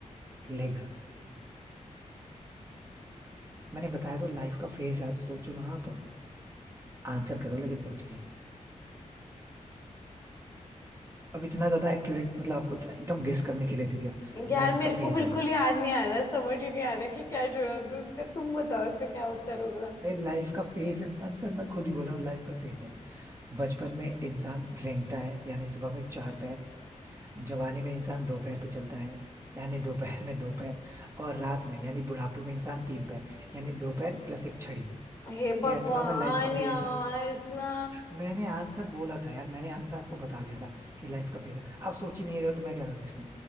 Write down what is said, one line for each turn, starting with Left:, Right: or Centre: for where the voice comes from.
Right: लेग मैंने बताया तो लाइफ का फेज है, आप सोचो ना आप आंसर करो लेकिन सोच के अब इतना ज्यादा एक्यूरेट मतलब आपको इतना एकदम गेस करने के लिए दे दिया
Left: यार
Right: लाइफ
Left: मेरे
Right: का
Left: को
Right: फेज
Left: बिल्कुल
Right: है
Left: याद नहीं आ रहा समझ ही नहीं आ रहा कि क्या जवाब दूं उसका तुम बताओ उसका क्या उत्तर होगा
Right: अरे लाइफ का फेज है आंसर मैं खुद ही बोला हूँ लाइफ का फेज है बचपन में इंसान रेंगता है यानी सुबह में चार पैर जवानी में इंसान दो पैर पे चलता है यानी दो पैर में दो पैर और रात में यानी बुढ़ापे में इंसान तीन पैर यानी दो पैर प्लस एक छड़ी
Left: हे भगवान
Right: कह तो रहा मैं लाइफ का
Left: यार
Right: फेज है
Left: इतना
Right: मैंने आंसर बोला था यार मैंने आंसर आपको बता दिया था कि लाइफ का फेज है आप सोच ही नहीं रहे हो तो मैं क्या करूँ इसमें